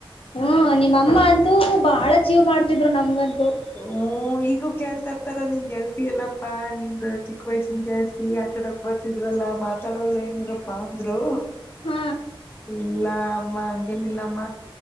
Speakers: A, on the left (about 80°); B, on the left (about 25°).
A: ಹ್ಮ ನಿಮ್ಮಮ್ಮ ಅಂತೂ ಬಾಳ ಜೀವ್ ಮಾಡ್ತಿದ್ರು ನಮ್ಗಂತ ತ
B: ಹ್ಮ್ ಈಗೂ ಕೇಳ್ತರ್ತಾರ ನಿನ್ ಗೆಲ್ತಿ ಎಲ್ಲಪ್ಪಾ ನಿಮ್ದ ಚಿಕ್ಕ ವಯಸ್ಸಿನ ಗೆಲ್ತಿ ಆಟಾಡಕ್ ಬರ್ತಿದ್ರಲ್ಲಾ ಮಾತಾಡೋಲ್ಲ ಏನ್್ರಪ್ಪಾ ಅಂದರು
A: ಹ್ಮ
B: ಇಲ್ಲ ಅಮ್ಮ ಹಂಗೇನಿಲ್ಲಮ್ಮ